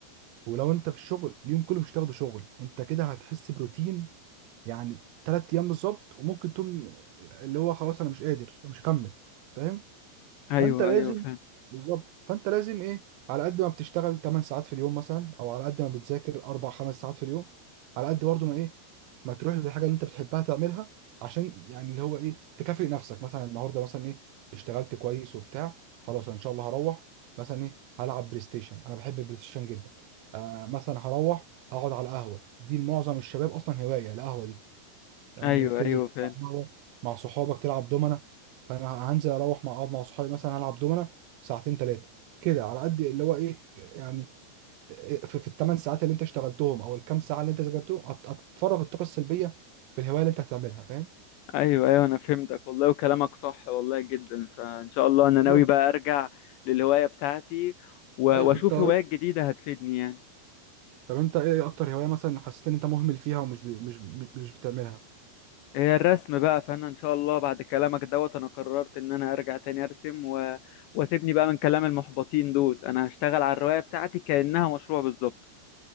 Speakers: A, on the right; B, on the left.
A: ولو انت في الشغل اليوم كله مش تاخده شغل انت كده هتحس بروتين يعني تلات ايام بالظبط وممكن تقوم اللي هو خلاص انا مش قادر انا مش هكمل فاهم
B: ايوه
A: فانت لازم
B: ايوه فاهم
A: بالظبط فانت لازم ايه على قد ما بتشتغل 8 ساعات في اليوم مثلا او على قد ما بتذاكر 4 5 ساعات في اليوم على قد برضه ما ايه ما تروح للحاجه اللي انت بتحبها تعملها عشان يعني اللي هو ايه تكافئ نفسك مثلا النهارده مثلا ايه اشتغلت كويس وبتاع خلاص أنا ان شاء الله هروح مثلا ايه هلعب بلاي ستيشن انا بحب البلاي ستيشن جدا آه مثلا هروح هقعد على القهوه دي معظم الشباب اصلا هوايه القهوه دي فاهم
B: ايوه
A: ان انت تنزل
B: ايوه
A: تلعب
B: فاهم
A: مع مع صحابك تلعب دومنا فانا هنزل اروح مع اقعد مع صحابي مثلا هلعب دومنا ساعتين ثلاثه كده على قد اللي هو ايه يعني في, في الثمان ساعات اللي انت اشتغلتهم او الكام ساعه اللي انت ذاكرتهم أت- اتفرغ الطاقه السلبيه في الهوايه اللي انت هتعملها فاهم
B: ايوه ايوه انا فهمتك والله وكلامك صح والله جدا فان شاء الله انا ناوي
A: بالظبط
B: بقى ارجع للهواية بتاعتي و-
A: ايوه
B: واشوف
A: انت
B: هوايات جديدة هتفيدني يعني
A: طب انت ايه اكتر هوايه مثلا حسيت ان انت مهمل فيها ومش ب... مش مش بتعملها
B: هي الرسم بقى فانا ان شاء الله بعد كلامك دوت انا قررت ان انا ارجع تاني ارسم و... واسيبني بقى من كلام المحبطين دول انا هشتغل على الرواية بتاعتي كأنها مشروع بالظبط